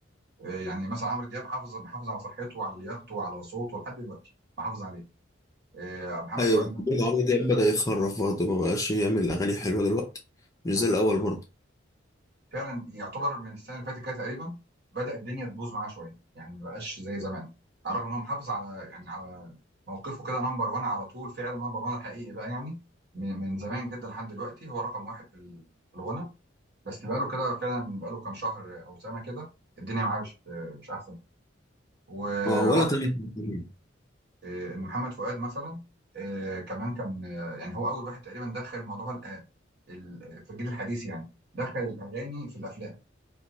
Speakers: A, on the right; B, on the left.
A: آه، يعني مثلا عمرو دياب حافظ محافظ على صحته وعلى لياقته وعلى صوته لحد دلوقتي محافظ عليه آه، محمد
B: ايوه
A: فؤاد
B: محمود عمرو دياب بدأ يخرف برضه ما بقاش يعمل اغاني حلوه دلوقتي مش
A: لا.
B: زي الاول برضه
A: فعلا يعتبر من السنه اللي فاتت كده تقريبا بدأ الدنيا تبوظ معاه شويه يعني ما بقاش زي زمان على الرغم ان هو محافظ على يعني على موقفه كده نمبر 1 على طول فعلا نمبر 1 الحقيقي بقى يعني من من زمان جدا لحد دلوقتي هو رقم واحد في ال- في الغنى بس بقاله كده فعلا بقاله كام شهر او سنه كده الدنيا معاه مش مش احسن و
B: اه ولا
A: وعن-
B: تامر حسني.
A: إيه، ان محمد فؤاد مثلا إيه، كمان كان آه، يعني هو اول واحد تقريبا دخل موضوع الأ- ال- في الجيل الحديث يعني دخل الاغاني في الافلام